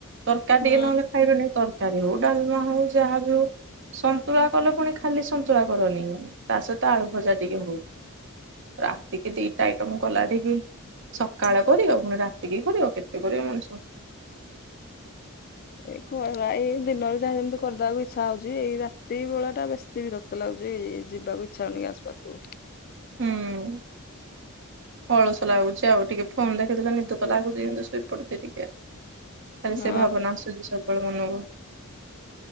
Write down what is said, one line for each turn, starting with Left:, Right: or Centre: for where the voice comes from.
Right: ତରକାରୀ
Left: ହୁଁ।
Right: ଟିକେ ନହେଲେ ଖାଇବେନି ତରକାରୀ ହଉ। ଡାଲମା ହଉ ଯାହାବି ହଉ ସନ୍ତୁଳା କଲେ ପୁଣି ଖାଲି ସନ୍ତୁଳା କରନି ତା ସହିତ ଆଳୁ ଭଜା ଟିକେ ହଉ। ରାତିକି ଦିଟା ଆଇଟମ ଗଲାଠିକି ସକାଳେ କର ଆଉ ପୁଣି ରାତିକି କରିବା ଆଉ କେତେ କରିବ ମଣିଷ।
Left: ଏଇ ଏଇ ଦିନରେ ଯାହା ଯେମିତି କରିଦକୁ ଇଚ୍ଛା ହଉଛି ଏଇ ରାତି ବେଳା ଟା ବେଶୀ ବି ରକ୍ତ ଲାଗୁଛି ଏଇ ଯିବାକୁ ଇଚ୍ଛା ହଉନି ଆସିବାକୁ
Right: ହୁଁ ଅଳସ ଲାଗୁଛି ଆଉ ଟିକେ ଫୋନ ଦେଖିଦେଲେ ନିଦ ତ ଲାଗୁଛି ଯେମିତି ଶୋଇପଡଛି ଟିକେ ଖାଲି
Left: ହଁ
Right: ସେ ଭାବନା ଆସୁଛି ସବୁବେଳେ ମନକୁ